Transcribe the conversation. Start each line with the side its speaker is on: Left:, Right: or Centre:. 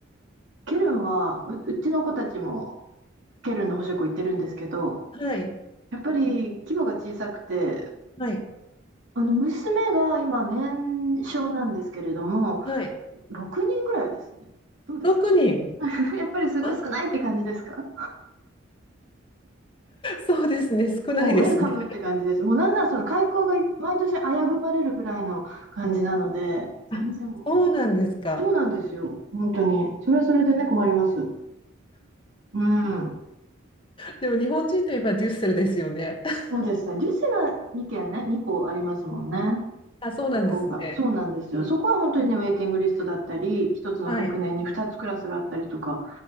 Right: ケルンは、う、うちの子たちもケルンの補習校行ってるんですけど、
Left: はい。
Right: やっぱり規模が小さくて、
Left: はい。
Right: あの娘が今年少なんですけれども、
Left: はい。
Right: 6人ぐらいですね。どうですか
Left: 6人。ろくにん
Right: <laughs> やっぱりすごい少ないって感じですか
Left: あ、そうですね、少ないですね。
Right: もうウェルカムって感じです。もうなんならその開校が毎年危ぶまれるぐらいの感じなので、
Left: あ、
Right: 全然もう、
Left: そうなんですか。
Right: そうなんですよ、本当に。それはそれでね、困ります。うん、
Left: でも日本人といえばデュッセルですよね。<laughs>
Right: そうですね。ジュセラは2件ね、2校ありますもんね、
Left: あ、そうなんですね。
Right: 学校が。そうなんですよ。そこは本当にね、ウェイティングリストだったり、1つの学年に2つクラスがあったりとか、
Left: はい。